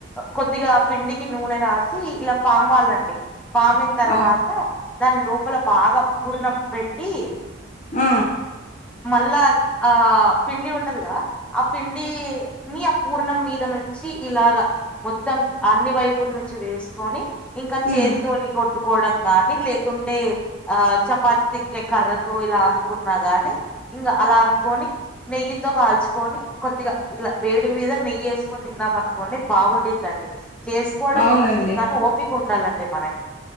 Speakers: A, in the centre; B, on the left.
A: కొద్దిగా పిండికి నూనె రాసి ఇలా పామాలండి పామిన తర్వాత
B: ఆ
A: దాని లోపల బాగా పూర్ణం పెట్టి
B: హ
A: మళ్ళా ఆ పిండి ఉంటదిగా ఆ పిండి న్ని ఆ పూర్ణం మీద నుంచి ఇలాగ మొత్తం అన్ని వైపుల నుంచి వేసుకొని ఇంకా చేతితోని
B: మ్మ్
A: కొట్టుకోవడం కాగానీ లేకుంటే ఆ చపాతి తిక్కే కర్రతో ఇలా అనుకున్నా గాని ఇంకా అలా అనుకొని నెయ్యి తో కాల్చుకొని కొద్దిగా ఇట్లా వేడి మీద నెయ్యి వేసుకొని తిన్నాం అనుకోండి బా ఉండిద్ది త్యాండీ చేసుకోవడం
B: అవునండి
A: ఈజీయ కాని ఓపిక ఉండాలండి మనకి